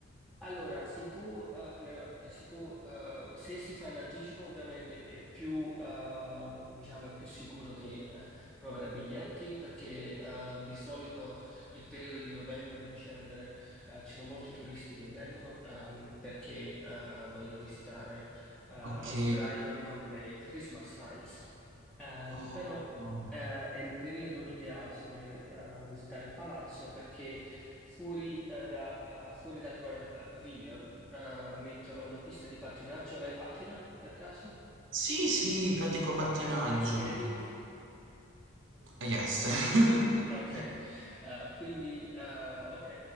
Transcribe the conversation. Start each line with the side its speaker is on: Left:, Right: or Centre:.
Centre: Allora, si può, eh, pre- eh, si può, eh, se si fa in anticipo, ovviamente è più, ehm, diciamo, è più sicuro che eh, trovare biglietti perché eh, di solito il periodo di novembre, dicembre, eh, ci sono molti turisti che vengono ehm, perché eh, vogliono visitare eh,
Right: Ok.
Centre: Brighton con le Christmas lights. Ehm,
Right: Oh,
Centre: però
Right: oh.
Centre: eh, è il periodo ideale se vuole eh, visitare il palazzo perché fuori, eh, da- eh, fuori dal Royal Pa- Pavilion eh, mettono una pista di pattinaggio. Lei pattina per caso?
Right: Sì, sì, pratico pattinaggio.
Centre: Lei fa ice skating?
Right: Ah, Yes. <laughs>
Centre: Ok, eh, quindi, eh, ok.